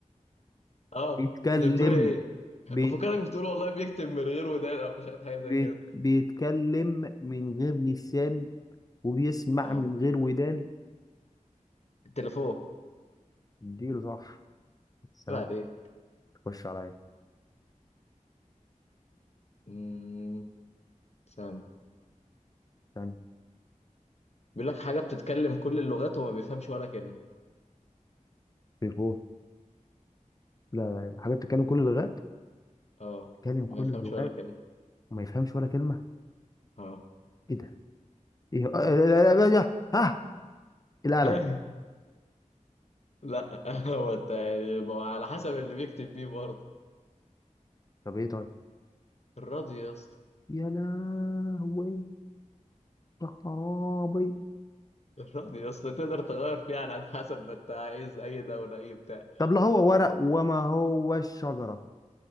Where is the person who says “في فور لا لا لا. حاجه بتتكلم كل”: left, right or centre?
Left